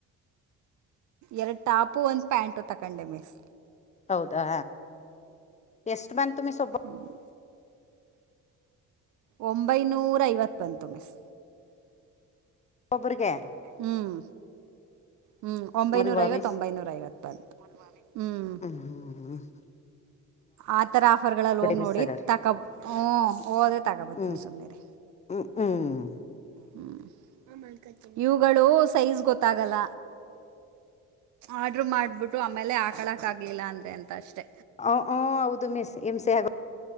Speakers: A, on the right; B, on the left.
A: ಎರಡು ಟಾಪು ಒಂದ ಪ್ಯಾಂಟು ತಕೊಂಡೆ ಮಿಸ್
B: ಹೌದಾ ಎಷ್ಟ ಮನ್ ತು ಸೊಬ್ಬ
A: ಹ್ಮಞ <unintelligible> ಒಂಬೈನೂರ ಐವತ್ತು ಬಂತು ಮಿಸ್
B: ಒಬ್ಬರಿಗೆ
A: ಹ್ಮ್ ಹ್ಮ್ ಒಂಬೈನೂರ
B: ಅಲ್ವಾ
A: ಐವತ್ತೊಂಬೈನೂರ
B: ಮಿಸ್
A: ಐವತ್ ಬ ಹ್ಮ್
B: ಹ್ಮ ಹ್ಮ್ಮ <unintelligible>
A: ಆತರ ಆಫರ್ ಗಳಲ್ಲಿ ಹೋಗಿ
B: ಮಿಸ್
A: ನೋಡಿ
B: ಹಾಗಾದ್ರೆ
A: ತಕಬ ಹ ಹಓದೇ ತಗೋಬತ್ತಿನಿ
B: ಹ್ಮ್
A: ಸುರಿ
B: ಹ್ಮ್ ಹ್ಮ್
A: ಹ್ಮ ಇವುಗಳು ಸೈಜ್ ಗೊತ್ತಾಗಲ್ಲ ಆರ್ಡ್ರ ಮಾಡ್ಬಿಟ್ಟು ಆಮೇಲೆ ಆಕಳಕ್ ಆಗ್ಲಿಲ್ಲ ಅಂದ್ರೆ ಅಂತ ಅಷ್ಟೆ
B: ಹ ಹ್ ಹೌದು ಮಿಸ್ ಹಮಂಸೆ ಆಗ